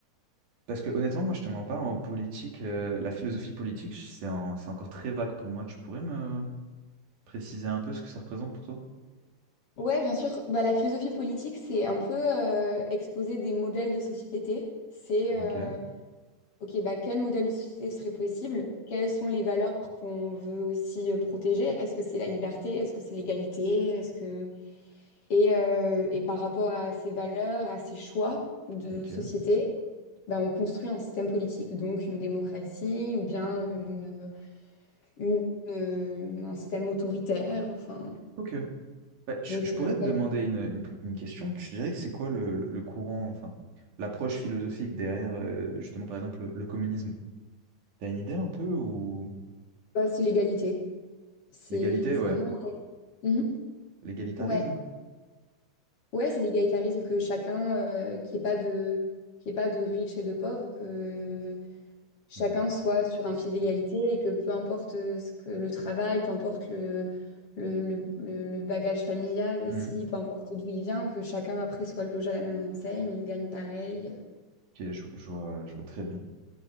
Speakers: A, on the right; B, on the left.
A: Parce que honnêtement, moi, je te mens pas, en politique, euh, la philosophie politique, c'est en- c'est encore très vague pour moi. Tu pourrais me préciser un peu ce que ça représente pour toi?
B: Ouais, bien sûr. Bah, la philosophie politique, c'est un peu euh, exposer des modèles de société. C'est,
A: Ok,
B: euh, OK, bah, quel modèle de société serait possible? Quelles sont les valeurs qu'on veut aussi euh, protéger? Est-ce que c'est la liberté? Est-ce que c'est l'égalité? Est-ce que... Et, euh, et par rapport à ces valeurs, à ces choix de
A: ok.
B: société, bah, on construit un système politique, donc une démocratie ou bien une, une- une- un système autoritaire. Enfin,
A: Ok. Bah, je,
B: donc,
A: je pourrais
B: euh,
A: te
B: ouais,
A: demander une, une, une question. Tu dirais que c'est quoi le, le- le courant, enfin, l'approche philosophique derrière, euh, justement, par exemple, le, le communisme? T'as une idée un peu ou
B: ouais, c'est l'égalité. C'est
A: l'égalité,
B: c'est
A: ouais,
B: vraiment. Mhm.
A: l'égalitarisme?
B: Ouais, ouais, c'est l'égalitarisme que chacun, euh, qu'il n'y ait pas de, qu'il y ait pas de riches et de pauvres, que chacun
A: Oui,
B: soit sur un
A: c'est
B: pied
A: tout
B: d'égalité
A: ça.
B: et que peu importe euh, ce que le travail, peu importe le, le, le, le- le bagage familial aussi,
A: Mhm.
B: peu importe d'où il vient, que chacun après soit logé à la même enseigne, gagne pareil.
A: Ok, je, je vois, je vois très bien.